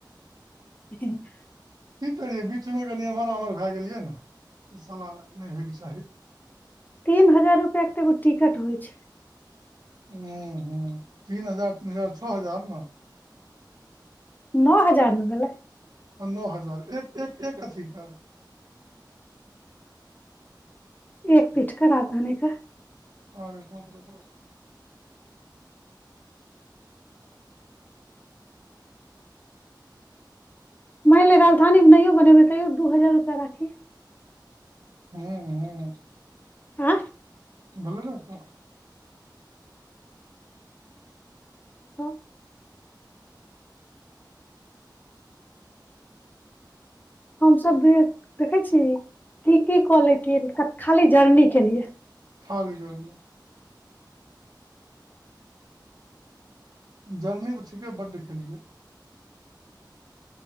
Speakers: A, on the left; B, on the right.
A: <unintelligible>
B: की करियै बीचमे कनि एम्हर आम्हर भए गेलियै ने ई साला नहि होयके चाही
A: तीन हजार रुपआ के एगो टिकट होइ छै
B: ह्म ह्म तीन हजार तीन हजार छ हजार न
A: नौ हजार न भेलय
B: हँ नौ हजार एक एक एक अथी का
A: एक पीठ का राजधानी का
B: आरे बाप रे बाप
A: मनि ले राजधानीमे नहियो बनेबै तैयो दू हजार रुपया राखी
B: हँ हँ
A: आँ
B: भेलै नै त <unintelligible>
A: ओ हमसब देख छीही की की कलै तियैन खाली जर्नी केलिए
B: खाली जरने जर्नी त ठीके बड्ड केलियै